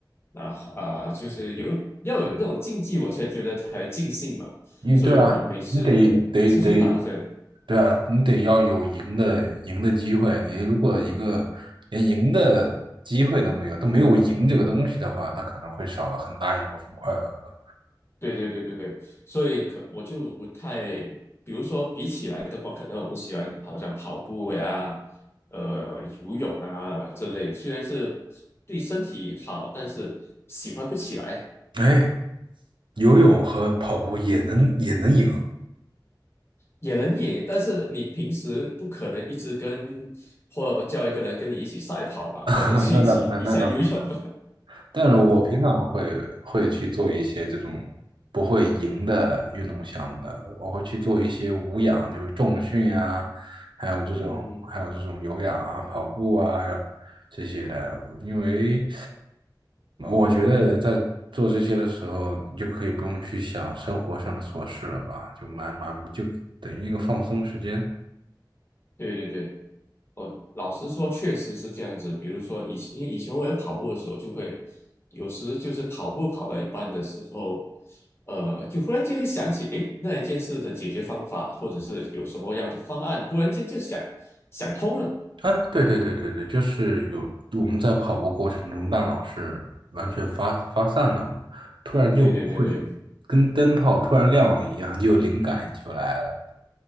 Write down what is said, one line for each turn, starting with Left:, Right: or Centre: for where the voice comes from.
Left: 那啊、就是有要有那种竞技，我才觉得才尽兴嘛。
Right: 你对啊，
Left: 所以我每次的每次去打的，
Right: 你得得得，对啊，你得要有赢的赢的机会啊。你如果一个连赢的机会都没有，都没有赢这个东西的话，它可能会少了很大一部分快乐吧。
Left: 对对对对对，所以可我就不太，比如说比起来的话，可能我不喜欢好像跑步呀、呃游泳啊这类，虽然是对身体好，但是喜欢不起来。
Right: 哎，游泳和跑步也能也能赢，
Left: 也能赢，但是你平时不可能一直跟或叫一个人跟你一起赛跑吧，
Right: <laughs>
Left: 或者是一起比赛游泳。
Right: 那倒那那倒不，但是我平常会会去做一些这种不会赢的运动项目的，我会去做一些无氧，就是重训啊，还有这种还有这种有氧啊、
Left: <laughs> 嗯，
Right: 跑步啊这些的，因为我觉得在做这些的时候，你就可以不用去想生活上的琐事了吧，就蛮蛮就等于一个放松时间。
Left: 对对对，哦，老实说，确实是这样子。比如说以前，因为以前我有跑步的时候，就会有时就是跑步跑到一半的时候，呃，就忽然间会想起，诶，那一件事的解决方法，或者是有什么样的方案，忽然间就想想通了。
Right: 哎，对对对对对，就是有我们在跑步过程中，大脑是完全发发散的嘛，突然就会
Left: 对对对对。
Right: 跟灯泡突然亮了一样，就有灵感就来了。